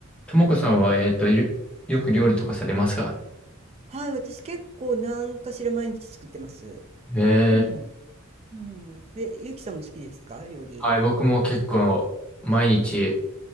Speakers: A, in the centre; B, on the right (about 30°).
A: ともこさんは、えっと、よ、よく料理とかされますか
B: はい、私結構何かしら毎日作ってます。
A: ええ
B: うん。うん。え、ゆうきさんも好きですか料理。
A: はい、僕も結構毎日